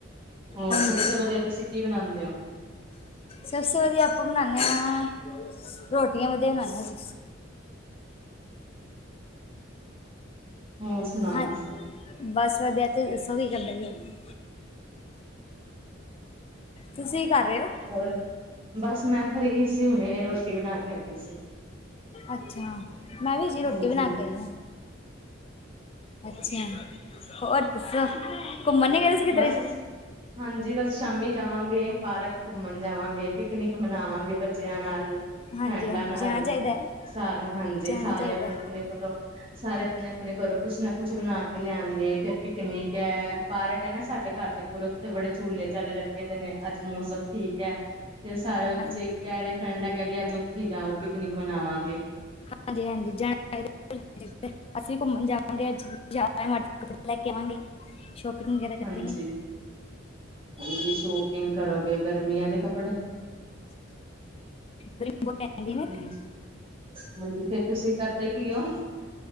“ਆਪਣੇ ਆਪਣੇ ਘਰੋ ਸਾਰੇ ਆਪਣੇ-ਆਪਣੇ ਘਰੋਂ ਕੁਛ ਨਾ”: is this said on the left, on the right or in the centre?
Right